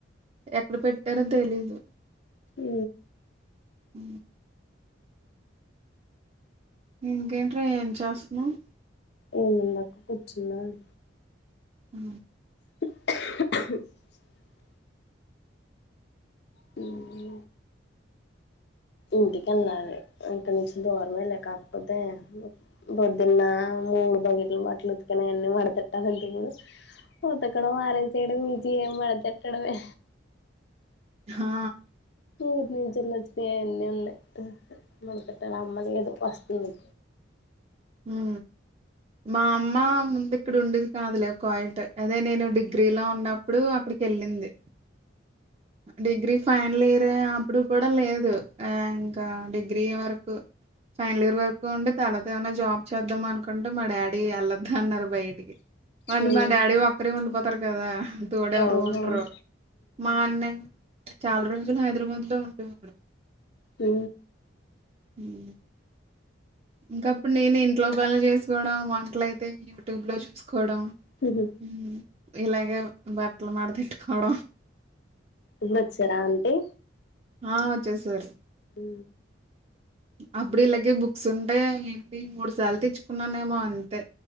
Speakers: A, on the right; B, on the left.
A: ఎక్కడ పెట్టారో తెలీదు
B: ఉ
A: ఊ ఇంకేంట్రా ఏం చేస్తున్నావ్
B: ఏముందక్క కూర్చున్నాను
A: ఉ
B: <inaudible> హ్మ్ ఇంటికెళ్ళాలి ఇంక నుంచి దూరమే లే కాకపోతే పొద్దున్న మూడు బగెట్లు బట్టలు ఉతుకిన అవన్నీ మడతెట్టాలంటే ఇప్పుడు ఉతకడం అరెసయడం ఈజీ ఎ మడతెట్టడమే
A: హా
B: ఊరునుంచీయేలోచినఅన్నీ ఉన్నాయి మడతెటాలి అమ్మ లేదు వస్తుంది
A: ఉ మా అమ్మ ముందు ఇక్కడ ఉండేది కాదులే కోయింట్ అదే నేను డిగ్రీలో ఉన్నప్పుడు అక్కడి కెళ్ళింది డిగ్రీఫ్ ఫైనల్ ఇయర్ అప్పుడు కూడా లేదు ఇంకా డిగ్రీ అయ్యేవరకు ఫైనల్ ఇయర్ వరకు ఉండి తర్వాత ఏమన్న జాబ్ చేద్దాం అనుకుంటే మా డాడీ ఎళ్లొద్దు అన్నారు బయటికి మళ్ళీ
B: మ్మ్
A: మా డాడీ ఒక్కరే ఉండిపోతారు కదా తోడు ఎవరు
B: అవునవును
A: ఉండరు మా అన్నయ చాలా రోజులు హైదరాబాద్లో ఉండేవోడు
B: ఉ
A: హ్మ్ ఇంకప్పుడు నేను ఇంట్లో పనులు చేసుకోవడం వంట్లయితే యూట్యూబ్లో చూసుకో కోడం
B: ఇప్పుడు
A: ఉ ఇలాగే బట్టలు మాడతెట్టుకోడం
B: ఉండి వచ్చార అంటీ
A: ఆ వచ్చేసారు
B: ఉ
A: అప్పుడు ఇలాగే బుక్స్ ఉంటే ఏంటి మూడు సార్లు తెచ్చుకున్నానేమో అంతే